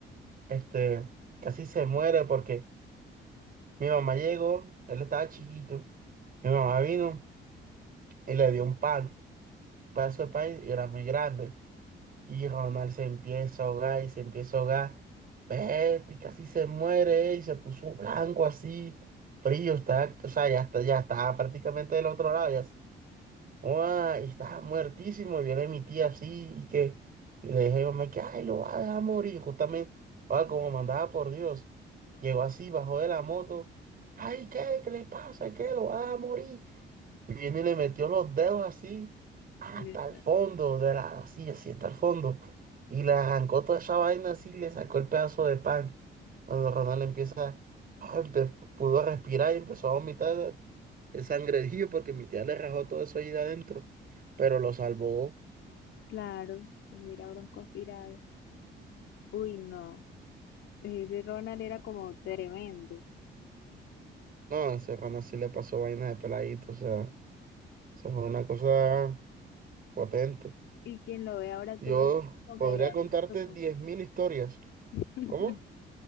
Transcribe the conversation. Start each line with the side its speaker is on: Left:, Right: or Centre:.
Right: este, casi se muere porque Mi mamá llegó, él estaba chiquito. Mi mamá vino y le dio un pan, un pedazo de pan y era muy grande. Y Ronald se empieza a ahogar y se empieza a ahogar. Vete, y casi se muere eh, y se puso blanco así, frío, está, o sea, ya está, ya estaba prácticamente del otro lado, ya, Oa, y estaba muertísimo. Y viene mi tía así y que y le dije a mi mamá que, ay, lo va a dejar morir. Justamente, oa, como mandaba por Dios, llegó así, bajó de la moto. Ay, ¿qué? ¿Qué le pasa? ¿Qué? ¿Lo va a dejar morir? Y viene y le metió los dedos así hasta
Left: Lisa.
Right: el fondo de la, así, así hasta el fondo. Y le arrancó toda esa vaina así y le sacó el pedazo de pan. Cuando Ronald empieza, ah, empe- pudo respirar y empezó a vomitar el sangrejío porque mi tía le rajó todo eso ahí de adentro. Pero lo salvó.
Left: Claro, si no hubiera broncoaspirado. Uy, no. Ese Ronald era como tremendo.
Right: No, ese Ronald sí le pasó vaina de peladito. O sea, eso fue una cosa potente.
Left: Y quien lo ve ahora todo
Right: Yo
Left: así como
Right: podría
Left: calladito,
Right: contarte
Left: como...
Right: 10.000 historias.
Left: <laughs>
Right: ¿Cómo?